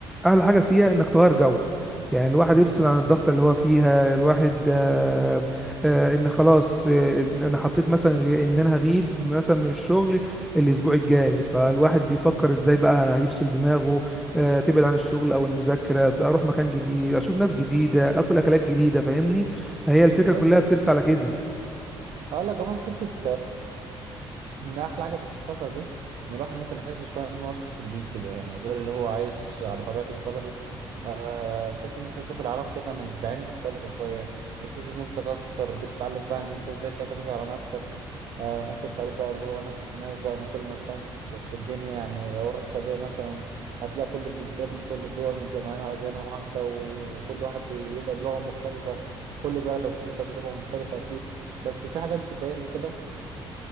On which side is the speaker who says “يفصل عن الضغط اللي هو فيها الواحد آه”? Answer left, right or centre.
Centre